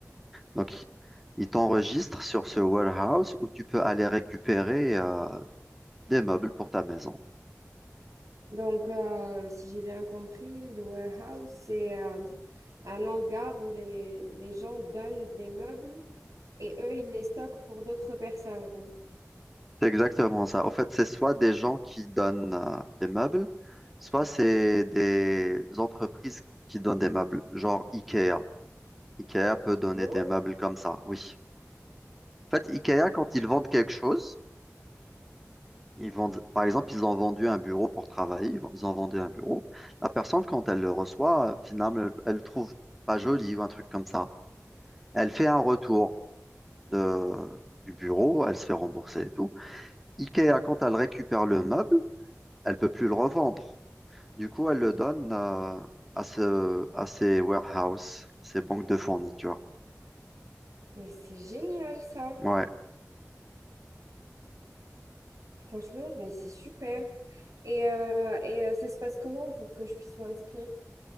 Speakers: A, in the centre; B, on the right.
A: Donc, ils t'enregistrent sur ce warehouse où tu peux aller récupérer euh, des meubles pour ta maison.
B: Donc, euh, si j'ai bien compris, le warehouse, c'est euh, un hangar où les, les gens donnent des meubles et eux, ils les stockent pour d'autres personnes.
A: C'est exactement ça. En fait, c'est soit des gens qui donnent euh, des meubles, soit c'est des entreprises qui donnent des meubles, genre IKEA. IKEA peut donner
B: Bon.
A: des meubles comme ça, oui. En fait, IKEA, quand ils vendent quelque chose, ils vendent, par exemple, ils ont vendu un bureau pour travailler, ils vont- ils ont vendu un bureau. La personne, quand elle le reçoit, euh, finalement, elle elle le trouve pas joli ou un truc comme ça. Elle fait un retour de- du bureau, elle se fait rembourser et tout. IKEA, quand elle récupère le meuble, elle peut plus le revendre. Du coup, elle le donne euh, à ce, à ces warehouses, ces banques de fournitures.
B: Mais c'est génial ça.
A: Ouais.
B: Franchement, mais c'est super. Et, euh, et euh, ça se passe comment pour que je puisse m'inscrire?